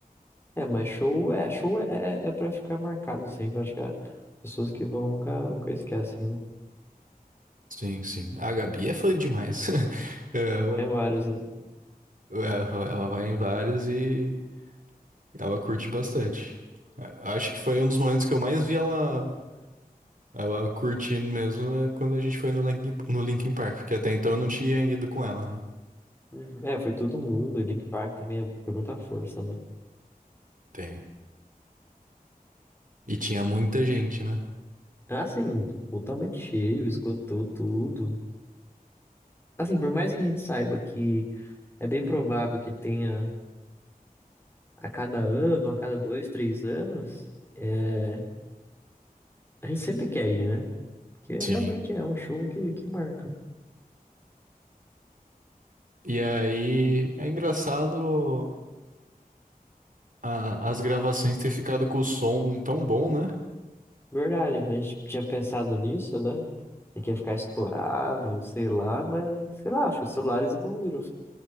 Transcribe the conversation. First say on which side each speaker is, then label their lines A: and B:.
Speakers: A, on the left (about 15°); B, on the right (about 60°).
A: É, mas show é, show é, é é pra ficar marcado sempre. Acho que é pessoas que vão nunca, nunca esquecem. né?
B: Sim, sim. A Gabi é fã demais. <laughs>
A: É vários, né?
B: Ela, ela, ela vai em vários e ela curte bastante. A- Acho que foi um dos momentos que eu mais vi ela, ela curtindo mesmo é quando a gente foi no Linkin, no Linkin Park, porque até então eu não tinha ido com ela, né?
A: Uhum. É, foi todo mundo. E Link Park também é- tem muita força, né?
B: Tem. E tinha muita gente, né?
A: Assim, totalmente cheio, esgotou tudo. Assim, por mais que a gente saiba que é bem provável que tenha a cada ano, a cada dois, três anos, é, a gente sempre quer ir, né? Porque realmente
B: Sim.
A: é um show que, que marca.
B: E aí é engraçado a- as gravações ter ficado com o som tão bom, né?
A: Verdade, a gente tinha pensado nisso, né? E que ia ficar estourado, ou sei lá, mas sei lá, acho que os celulares evoluíram.